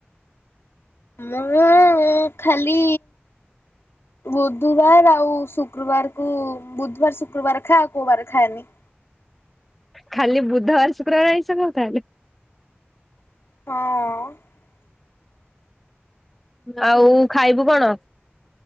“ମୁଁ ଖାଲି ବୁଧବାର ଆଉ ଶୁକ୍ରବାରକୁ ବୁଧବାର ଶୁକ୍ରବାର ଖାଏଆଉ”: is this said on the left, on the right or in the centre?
Left